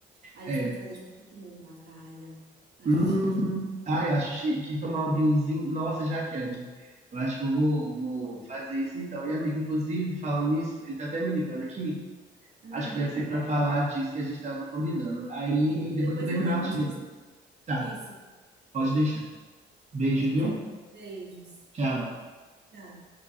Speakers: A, on the right; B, on the right.
A: A
B: É,
A: gente pode fazer tipo um piquenique na praia. Acho
B: Hum,
A: chique.
B: ai, eu acho chique tomar um vinhozinho. Nossa, já quero. Eu acho que eu vou, vou fazer isso então. E, amigo, inclusive, falando nisso, ele tá até me ligando aqui.
A: Uhum.
B: Acho que deve ser pra falar disso que a gente tava combinando. Aí,
A: Então
B: depois
A: depois
B: que eu terminar,
A: me dá notícia.
B: eu te ligo. Tá,
A: Isso.
B: pode deixar. Beijo,
A: Obrigada.
B: viu?
A: Beijos.
B: Tchau.
A: Tchau.